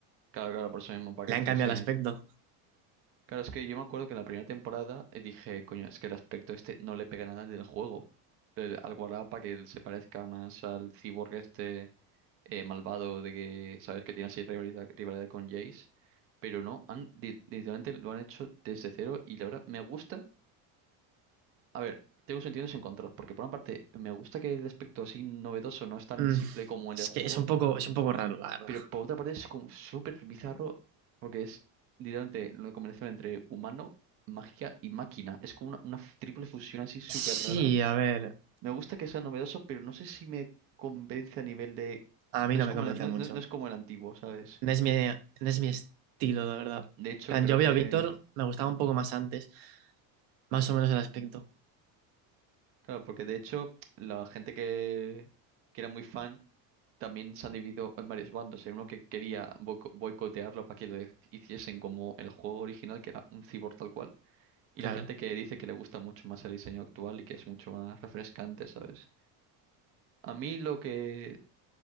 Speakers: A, on the right; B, on the right.
A: Claro, claro, por eso mismo, para
B: Le
A: que fuese.
B: han cambiado el aspecto.
A: Claro, es que yo me acuerdo que en la primera temporada eh, dije, coño, es que el aspecto este no le pega nada al del juego. El- al guardado para que él se parezca más al cyborg este eh, malvado de que, ¿sabes? Que tiene así rivalidad, rivalidad con Jace. Pero no, han, li- literalmente lo han hecho desde cero y la verdad me gusta A ver, tengo sentimientos encontrados, porque por una parte me gusta que el aspecto así novedoso no es tan
B: Mm,
A: simple como el
B: es
A: del juego,
B: que es un poco, es un poco raro, la verdad.
A: pero por otra parte es como súper bizarro, porque es literalmente la combinación entre humano, magia y máquina. Es como una, una f- triple fusión así súper
B: Sí,
A: rara.
B: a ver,
A: Me gusta que sea novedoso, pero no sé si me convence a nivel de...
B: a mí
A: No
B: no
A: es
B: me
A: como
B: convence
A: el, no,
B: mucho.
A: no- no es como el antiguo, ¿sabes?
B: No es mi, no es mi estilo, de verdad.
A: De hecho,
B: En plan,
A: creo
B: yo
A: que...
B: veo a Víctor, me gustaba un poco más antes, más o menos el aspecto,
A: Claro, porque de hecho la gente que, que era muy fan también se han dividido en varios bandos. Hay uno que quería boico- boicotearlo para que lo dej- hiciesen como el juego original, que era un cyborg tal cual. Y
B: claro.
A: la gente que dice que le gusta mucho más el diseño actual y que es mucho más refrescante, ¿sabes? A mí lo que,